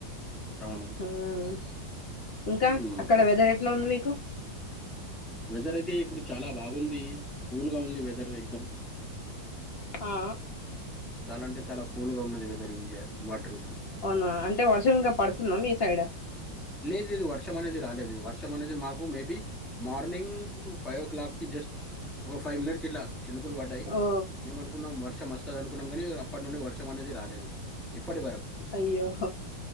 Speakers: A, in the centre; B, on the left.
A: అవును
B: ఉమ్ ఇంకా
A: మ్మ్.
B: అక్కడ వెదరేట్లా ఉంది మీకు
A: వెదరైయితే ఇప్పుడు చాలా బాగు ఉంది కూల్గా ఉంది. వెదర్ ఎక్దామ్
B: ఆ
A: చాలా అంటే చాలా కూల్గా ఉన్నది వెదర్ ఈ య ఈ వాల్టి రోజు
B: అవునా అంటే వర్షం ఇంకా పడ్తుందా మీ సైడ్
A: లేదు లేదు వర్షం అనేది రాలేదు వర్షం అనేది మాకు maybe morning five o'clock కి జస్ట్ ఒక ఫైవ్ మినిట్స్ ఇట్లా చినుకులు వడ్డాయ్
B: ఓ
A: మేము అనుకున్నామ్ వర్ వర్షం వస్తదనుకున్నమ్ గానీ అప్పటి నుండి వర్షమనేది రాలేదు ఇప్ ఇప్పటివరకు
B: అయ్యో